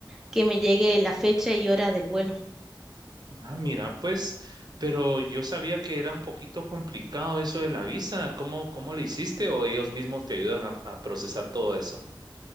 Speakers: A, in the centre; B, on the right (about 55°).
A: que me llegue la fecha y hora del vuelo.
B: Ah, mira, pues, pero yo sabía que era un poquito complicado eso de la visa. ¿Cómo, cómo le hiciste o ellos mismos te ayudan a, a procesar todo eso?